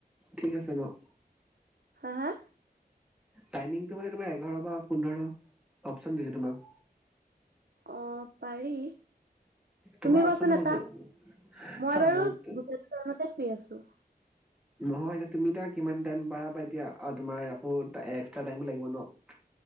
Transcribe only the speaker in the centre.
ঠিক আছে ন',?
টাইমিংটো মানে তোমাৰ এঘাৰ বা পোন্ধৰ অপচন দিছো তোমাক?
তোমাৰ
অপচনটো
সুধিছোঁ
চা,
'
নহয় তুমি এতিয়া কিমান টাইম পাৰা এতিয়া তোমাৰ আকৌ এক্সট্ৰা টাইমো লাগিব ন, '